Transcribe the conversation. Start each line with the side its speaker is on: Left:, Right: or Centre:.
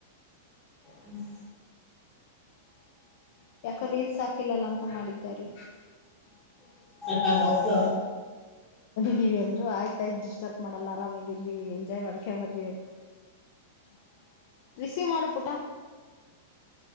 Centre: ಹ್ಮ್
Left: ಯಾಕ ರೀಲ್ಸ್ ಹಾಕಿಲ್ಲಲ್ಲ ಅಂತ ಮಾಡಿದಿದ್ದಾರೆ
Centre: ಹ ಹಬ್ಬ
Left: ಿವವಿ ಅಂದ್ರು ಆಯ್ತಾಯಯ್ತ್ ಡಿಸ್ಟರ್ ಮಾಡಲ್ಲ ಆರಾಮಾಗಿರರಿ ಎಂಜಾಯ್ ಮಾಡ್ಕ ಮರ್ರಿ ಅಂತ ರಿಸೀವ್ ಮಾಡು ಪುಟ